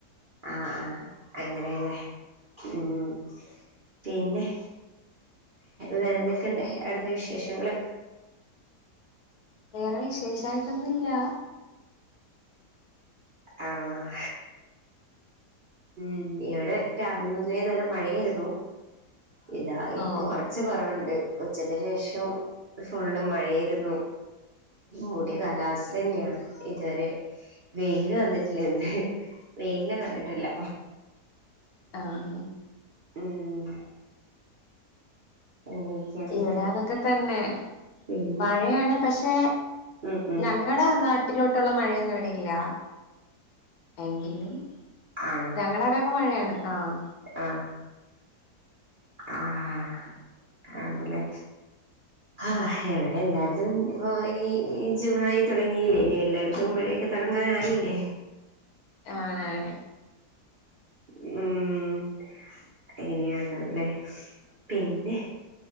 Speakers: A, on the right (about 45°); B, on the left (about 65°).
A: ആഹ് ആഹ് അങ്ങനെയല്ലേ ഉം പിന്നെ വേറെ എന്തൊക്കെയുണ്ട് അവിടുത്തെ വിശേഷങ്ങള്
B: വേറെ വിശേഷായിട്ടൊന്നും ഇല്ലാ
A: ആഹ് പിന്നെ ഇവിടെ രാവിലെ മുതലേ നല്ല മഴയായിരുന്നു ഇതാ ഇപ്പം
B: ഓ
A: കൊറച്ച് കുറവുണ്ട് ഉച്ചക്ക് ശേഷം ഫുള്ള് മഴയാരുന്നു മൂടിയ കാലാവസ്ഥ
B: ഓക്കെ ഓക്കെ
A: തന്നെയാണ് ഇതുവരെ വെയില് വന്നിട്ടില്ല എന്ത് വെയില് കണ്ടിട്ടില്ല
B: ആഹ് ഹാ
A: ഉം അങ്ങനെയൊക്കെയാണുള്ളത്
B: ഇവിടെ അതൊക്കെ തന്നെ
A: പിന്നെ
B: മഴയാണ് പക്ഷെ
A: ഉം ഉം
B: ഞങ്ങടെ നാട്ടിലോട്ടുള്ള മഴയൊന്നും ഇവിടെയില്ല എങ്കിലും
A: ആണോ
B: ഞങ്ങടെ അവിടൊക്കെ മഴയാണ് ആഹ്
A: ആഹ് ആഹ് അവിടലെ ആഹ് ഇവിടെ എല്ലായിടത്തും ഇപ്പോ ഇനി ജൂണായി തുടങ്ങിയില്ലേ ഇനി എല്ലായിടത്തും മഴയൊക്കെ ത തുടങ്ങാനായില്ലേ
B: ആണാണ്
A: ഉം അങ്ങനെയാ ഉള്ളത് ല്ലേ പിന്നെ